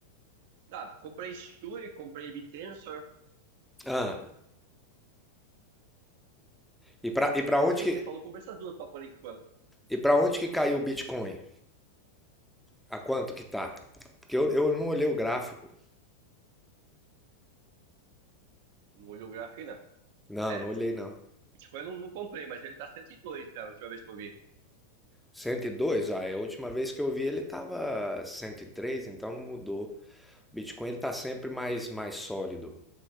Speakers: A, on the right; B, in the centre.
A: Ah, comprei Sui, comprei Bittensor.
B: Ah, e pra, e pra
A: Essas
B: onde
A: aí
B: que,
A: que você falou, comprei essas duas pra por enquanto.
B: e pra onde que caiu o Bitcoin? A quanto que tá? Porque eu, eu não olhei o gráfico.
A: Não olhou o gráfico não.
B: Não,
A: É,
B: não olhei não.
A: Bitcoin eu não, não comprei, mas ele tá 102, cara, a última vez que eu vi.
B: 102? Ah, é a última vez que eu vi ele tava 103. então não mudou. O Bitcoin ele tá sempre mais, mais sólido.